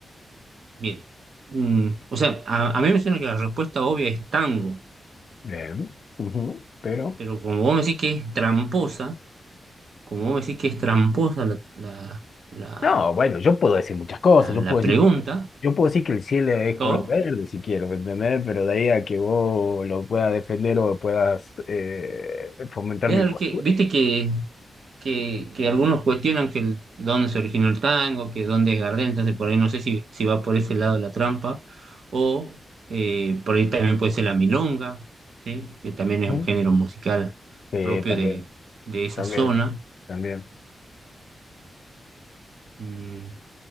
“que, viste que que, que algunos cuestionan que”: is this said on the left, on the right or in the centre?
Right